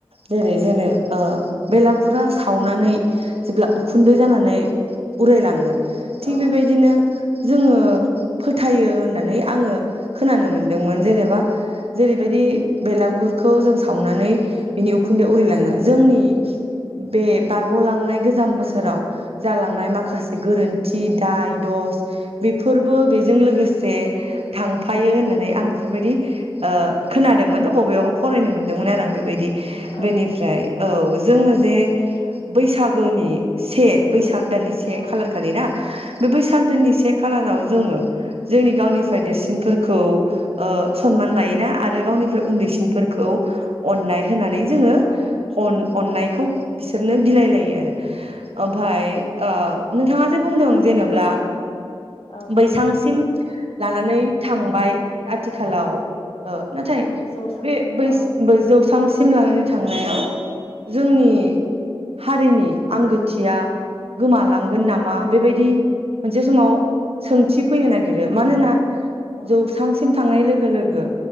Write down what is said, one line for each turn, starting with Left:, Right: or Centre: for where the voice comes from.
Right: जेरै
Left: औ
Right: जोनो आ। बेलागुरा सावनानै जेब्ला उखुन्दै जानानै <inaudible> उरायलाङो थिग
Left: औ
Right: बेबायदिनो। जोङो फोथायो होननानै आङो खोनानो मोनदोंमोन जेनेबा जेरैबायदि
Left: औ
Right: बेलागुरखौ जों सावनानै बिनि उखुन्दै
Left: औ
Right: उरायलाङो जोंनि बे बारग'लांनाय गोस गोज बोसोराव जालांनाय
Left: औ
Right: माख से गोरोन्थि दाय दस बेफोरबो
Left: औ
Right: बेजों लोगोस जे थांफायो होननानै आं बेफोरबायदि ओ खोनादोंमोन बबेयावबा फरायनो मोनदोंमोन आरो आं बे बायदि
Left: औ
Right: बेनिफ्राय औ। जोङो जे बैसागोनि से बैसाग दाननि
Left: औ
Right: खालार खालि ना बे बैसाग दाननि से खालाराव जोङो जोंनि गावनिफ्राय देरसिनफोर खौ ओ सनमान
Left: औ
Right: लायोना आरो गावनिफ्राय उन्दैसिनफोरखौ अननाय होनानै जोङो
Left: औ
Right: अन अननायखौ बिसोरनो बिलायलायो आरो ओमफाय आ नोंथाङा जे बुंदों जेन'ब्ला
Left: औ
Right: बैसांसिम लानानै थांबाय आथिखालाव ओ नाथाय
Left: औ जौस्रांसिम
Right: बे बै
Left: औ
Right: बै जौ सांसिम लानानै थांनायाव जोंनि हारिनि आंगोथिया गोमलां गोन नामा बेबायदि मोनसे समाव सोंथि फैनो नागिरो मानोना
Left: औ
Right: जौसांसिम थांनाय लोगो लोगो